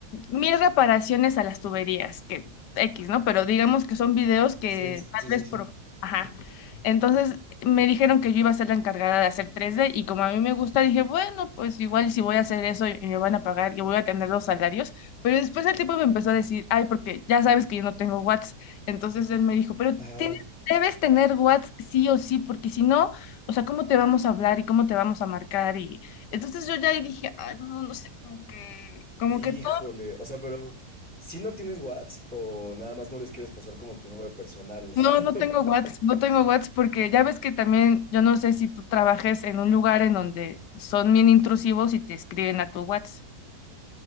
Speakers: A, on the left; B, in the centre.
A: mil reparaciones a las tuberías, que X, ¿no? Pero digamos que son videos que
B: Sí,
A: tal
B: sí,
A: vez
B: sí,
A: por...
B: sí.
A: Ajá. Entonces me dijeron que yo iba a ser la encargada de hacer tres d y como a mí me gusta, dije, bueno, pues igual si voy a hacer eso y me van a pagar y voy a tener los salarios. Pero después el tipo me empezó a decir, ay, porque ya sabes que yo no tengo watts. Entonces él me dijo, pero
B: Ajá.
A: tienes Debes tener WhatsApp sí o sí, porque si no, o sea, ¿cómo te vamos a hablar y cómo te vamos a marcar? Y entonces yo ya ahí dije, ay, no, no sé, como que, como
B: Híjole,
A: que todo,
B: o sea, pero si no tienes WhatsApp o nada más no les quieres pasar como tu número personal.
A: no, no
B: <laughs>
A: tengo WhatsApp, no tengo WhatsApp, porque ya ves que también, yo no sé si tú trabajes en un lugar en donde son bien intrusivos y te escriben a tu WhatsApp.